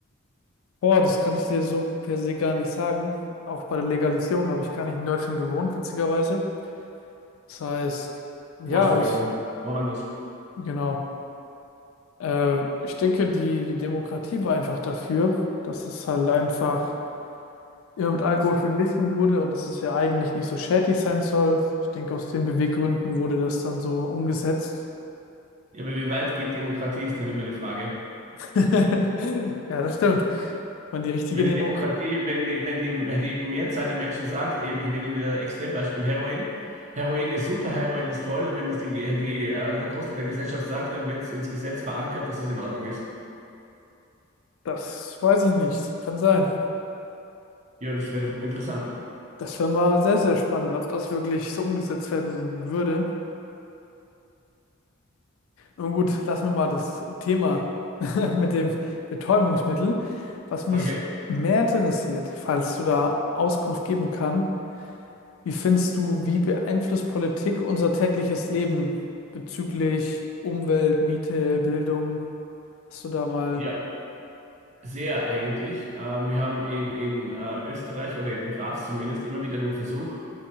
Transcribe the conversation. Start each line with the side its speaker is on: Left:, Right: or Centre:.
Left: Boah, das kann ich dir so per se gar nicht sagen. Auch bei der Legalisierung, da habe ich gar nicht in Deutschland gewohnt, witzigerweise. Das heißt, ja,
Right: Wo hast du gewohnt?
Left: ich,
Right: Woanders?
Left: genau. Äh, ich denke, die, die Demokratie war einfach dafür, dass es halt einfach immer mit Alkohol verglichen wurde und dass es ja eigentlich nicht so schädlich sein soll. Ich denke, aus den Beweggründen wurde das dann so umgesetzt.
Right: Ja, aber wie weit geht Demokratie, ist dann immer die Frage.
Left: <laughs> Ja, das stimmt. Man, die richtige
Right: Wenn
Left: Demokratie,
Right: die Demokratie, wenn die, wenn die, wenn die Mehrzahl der Menschen sagt, eben, ich nehme wieder Extrembeispiel Heroin, Heroin ist super, Heroin ist toll, und wenn das die, die, äh, der Großteil der Gesellschaft sagt, dann wird es ins Gesetz verankert, dass es in Ordnung ist.
Left: das weiß ich nicht. Kann sein.
Right: Ja, das wäre doch interessant.
Left: Das wäre mal sehr, sehr spannend, ob das wirklich so umgesetzt werden würde. Nun gut, lassen wir mal das Thema <laughs> mit dem Betäubungsmittel. Was mich
Right: <laughs> Okay,
Left: mehr interessiert, falls du da Auskunft geben kann, wie findest du, wie beeinflusst Politik unser tägliches Leben bezüglich Umwelt, Miete, Bildung? Hast du da mal
Right: ja, sehr eigentlich. Ähm, wir haben in, in äh, Österreich oder in Graz zumindest immer wieder den Versuch,